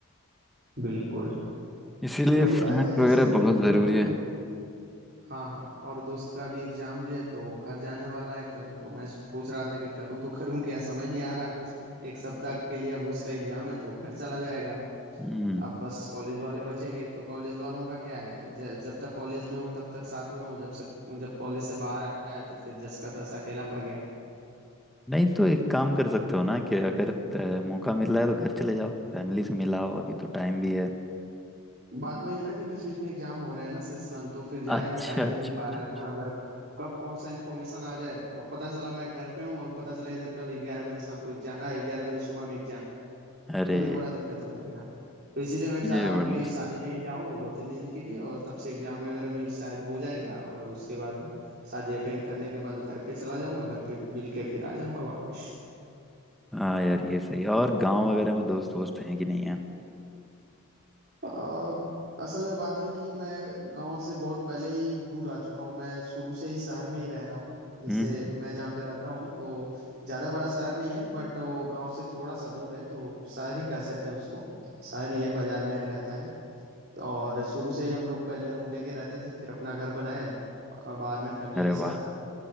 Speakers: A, on the right (about 45°); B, in the centre.
A: बिल्कुल
B: इसीलिए
A: वही बात
B: फ्रेंड्स
A: है जैसे
B: वगैरह
A: अभी
B: बहुत
A: दोस्त
B: ज़रूरी
A: का
B: है
A: हाँ हाँ और दोस्त का भी एग्जाम भी है तो घर जाने वाला है कल तो मैं सोच रहा था कि करूँ तो करूँ क्या समझ नहीं आ रहा कुछ एक सप्ताह के लिए अब उसका एग्जाम है तो घर चला जाएगा
B: हम्म
A: अब बस कॉलेज वाले बचेंगे तो कॉलेज वालों का क्या है ज, जब तक कॉलेज में हूँ तब तक साथ में हूँ जब से जब कॉलेज से बाहर आया तो फिर जस का तस अकेला पड़ गया
B: नहीं तो एक काम कर सकते हो ना कि अगर अ, मौका मिल रहा है तो घर चले जाओ फैमिली से मिलाओ अभी तो टाइम भी है
A: बात वही है ना कि बीच बीच में एग्जाम हो रहा है ना सेशनल तो फिर जाने
B: अच्छा
A: का टाइम नहीं
B: अच्छा
A: मिल पा
B: अच्छा
A: रहा है
B: अच्छा
A: ना अगर कब कौन सा इन्फॉर्मेशन आ जाए प- पता चला मैं घर पे हूँ और पता चला इधर कल ग्यारह बजे शाम को एग्जाम ग्यारह बजे सुबह में एग्जाम
B: अरे
A: तो फिर बड़ा दिक्कत हो जाएगा तो इसीलिए मैं चाह
B: ये
A: रहा हूँ
B: बड़ा
A: कि
B: मस्त।
A: शादी में ही जाऊँ दो तीन दिन के लिए और तब से एग्जाम वगैरह भी शायद हो जाएगा और उसके बाद शादी अटेंड करने के बाद घर पे चला जाऊंगा घर पे मिल के फिर आ जाऊंगा वापस
B: हाँ यार ये सही है। और गांव वगैरह में दोस्त वोस्त हैं कि नहीं है
A: अ, असल में बात है कि मैं गांव से बहुत पहले ही दूर आ चुका हूँ मैं शुरू से ही शहर में ही रह रहा हूँ जैसे
B: हम्म हम्म, हम्म।
A: मैं जहाँ पे रहता हूँ तो ज़्यादा बड़ा शहर नहीं है बट वो गांव से थोड़ा सा दूर है तो शहर ही कह सकते हैं उसको शहर ही है बाजार में है रहता है और शुरू से ही हम लोग पहले रूम लेके रहते थे फिर अपना घर बनाए अ, बाहर में फैमिली
B: अरे
A: के साथ
B: वाह